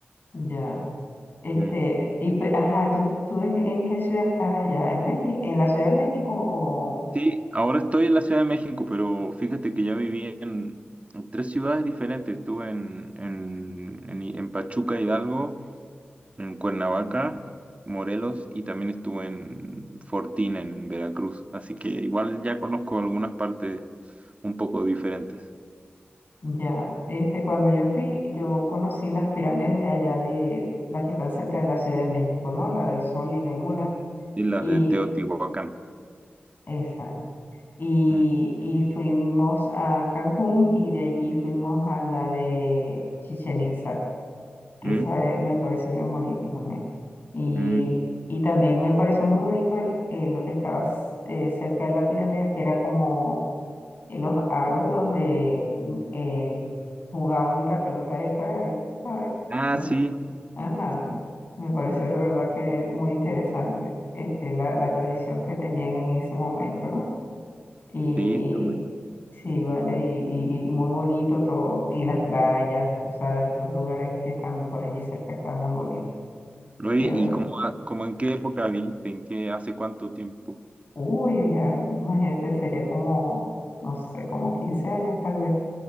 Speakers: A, on the left; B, on the right.
A: ya. Este,
B: Mm.
A: y pe- ajá, ¿tú, tú en en qué ciudad estás allá? ¿En México, en la Ciudad de México o
B: Sí, ahora estoy en la Ciudad de México, pero fíjate que ya viví en, en tres ciudades diferentes. Estuve en, en, en, en Pachuca, Hidalgo, en Cuernavaca, Morelos y también estuve en Fortín, en Veracruz. Así que igual ya conozco algunas partes un poco diferentes.
A: ya? Este, cuando yo fui, yo conocí las pirámides de allá de las que están cerca de la Ciudad de México, ¿no? La del Sol y la Luna
B: Y la
A: y
B: de Teotihuacán.
A: esa. Y,
B: Mm,
A: y fuimos a Cancún y de allí fuimos a la de Chichén Itzá. que
B: mm,
A: esa eh, me pareció bien bonita también. Y,
B: mm.
A: y también me pareció muy bonito el, eh, lo que estaba s- eh, cerca de la pirámide, que era como eh, los aros donde mm, eh, jugaban la pelota esa, eh, ¿sabes?
B: Ah,
A: ¿No?
B: sí,
A: Ajá,
B: sí,
A: me pareció de verdad que muy interesante este, la, la tradición que tenían en ese momento, ¿no? Y
B: sí, está muy bueno.
A: sí, vale, y, y- y muy bonito todo, y las playas, o sea, los lugares que están por allí cerca están muy bonitos,
B: Oye,
A: de verdad.
B: ¿y cómo, cómo en qué época viste? ¿En qué, hace cuánto tiempo?
A: Uy, ya, imagínate, sería como, no sé, como 15 años tal vez.